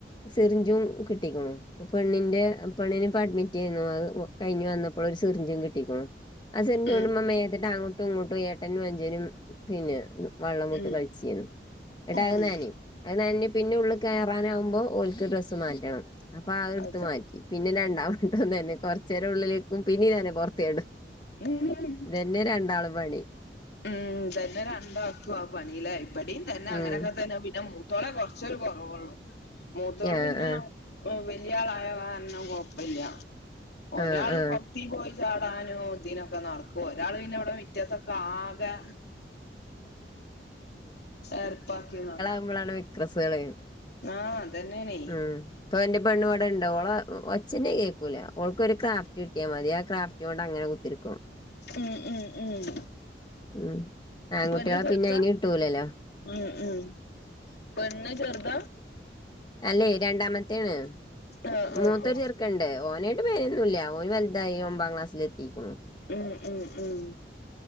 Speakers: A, on the left (about 25°); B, on the left (about 65°).
A: സിറിഞ്ചും കിട്ടിക്ക്ണു പെണ്ണിന്റെ പെണ്ണിനപ്പൊ അഡ്മിറ്റേന്നു അത് കഴിഞ്ഞ് വന്നപ്പള് ഒരു സിറിഞ്ചും കിട്ടിക്ക്ണു <unintelligible> അങ്ങ്ട്ടും
B: ഉം
A: ഇങ്ങ്ട്ടും ഏട്ടനും അഞ്ചനും പിന്ന വള്ളം വുട്ട്
B: ഉം
A: കളിച്ചീന്നു ഇന്ന്ട്ട
B: ഉം
A: അയ്
B: ഉം
A: ന്നനിം അത് നൻഞ് പിന്ന ഉള്ളി കേറാനാമ്പൊ ഓൽക്ക് ഡ്രസ്സ് മാറ്റണം അപ്പൊ അത് ഇട്ത്ത്
B: അതെ
A: മാറ്റി പിന്നെ രണ്ടാംമണ്ടോന്ന തന്നെ കൊറ്ച്ചേരം ഉള്ളിലിരിക്കും പിന്നീ തന്നെ പൊറ്ത്ത്യാടും
B: ഉം
A: ഇതെന്നെ രണ്ടാള് പണി
B: ഉം ഇതന്നെ രണ്ടാക്കും ആഹ് പണിയി ഇവിടെ തന്നെ
A: ഉം
B: അങ്ങനെയൊക്കെ തന്നെ പിന്ന ത്തോളെ കൊറ്ച്ചൊരു കൊറവുള്ളു മൂത്തോള്
A: ആ
B: പിന്നെ
A: ആ
B: വല്യ ആളായ കാര്ണം കൊഴപ്പല്ല ഒരാൾ
A: ആ ആ
B: കുത്തി പോയി ചാടാനും ഇതിനൊക്കെ നടക്കും ഒരാൾ പിന്നെ ഇവിടെ വിറ്റത്തൊക്കെ ആകെ എർപ്പാക്കേന്നു
A: നമ്മളാണ് വെ ഡ്രസ്വേളെ
B: ആഹ് അതന്നെയാണേ
A: ഉം ഇപ്പൊ ഇന്റെ പെണ്ണ് ഇവിടെ ഇണ്ടൊ ഓള ഒച്ചന്നെ കേക്കൂല ഓൾക്ക് ഒരു ട്ടിയാ മതി ആഹ് ക്രാഫ്റ്റോണ്ട് അങ്ങനെ കുത്തിരിക്കും
B: ഉം ഉം ഉം
A: ഉം ആൺകുട്ടികളെ
B: പെണ്ണ് ചെർദ
A: പിന്നെ അതിന് കിട്ടൂലല്ലോ
B: ഉം ഉം പെണ്ണ് ചെർദ
A: അല്ലെ രണ്ടാമത്തേണ്
B: ആഹ് ആഹ്
A: മൂത്തൊര്
B: ആഹ്
A: ചെർ ണ്ട് ഓനായിട്ട് പേരൊന്നും ഇല്ല ഓന് വല്തായി ഒമ്പാം ക്ലാസ്സിലെ ത്തീക്ക്ണു
B: ഉം ഉം ഉം